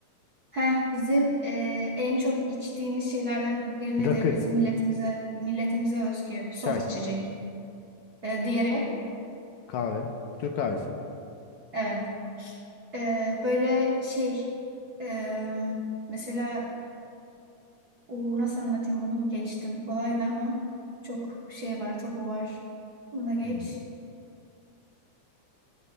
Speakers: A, on the right; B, on the left.
A: Heh, bizim e, en çok içtiğimiz şeylerden biri nedir?
B: Rakı,
A: Bizim milletimize milletimize özgü soft
B: çay,
A: içecek. E, diğeri,
B: kahve, Türk kahvesi.
A: evet. Ee, böyle şey e, mesela o nasıl anlatayım bunu geçtim kolaydı ama çok şey var tabu var. Bunu da geç.
B: Hmm,